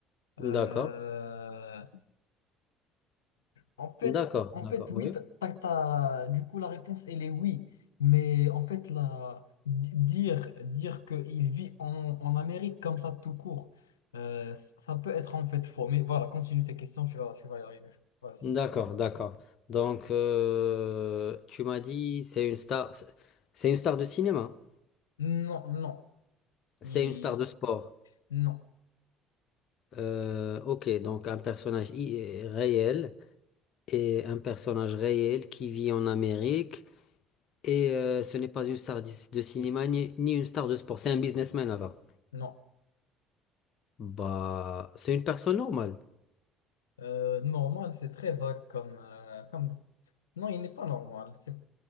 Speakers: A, on the left (about 85°); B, on the left (about 50°).
A: Euh,
B: D'accord.
A: En fait,
B: D'accord,
A: en
B: d'accord,
A: fait, oui,
B: oui.
A: t'as- t'as- t'as- du coup, la réponse, elle est oui. Mais en fait, la, di- dire, dire qu'il vit en, en Amérique comme ça, tout court, euh, c- ça peut être en fait faux. Mais voilà, continue tes questions, tu vas, tu vas y arriver. Vas-y.
B: D'accord, d'accord. Donc, euh, tu m'as dit, c'est une star, c'est une star de cinéma,
A: Non, non.
B: c'est
A: Il-
B: une star de sport.
A: Non,
B: Euh, ok, donc un personnage i- réel et un personnage réel qui vit en Amérique et euh, ce n'est pas une star de de cinéma ni, ni une star de sport, c'est un businessman alors.
A: non.
B: Bah, c'est une personne normale.
A: Euh, normal, c'est très vague comme, euh, comme... Non, il n'est pas normal. C'est...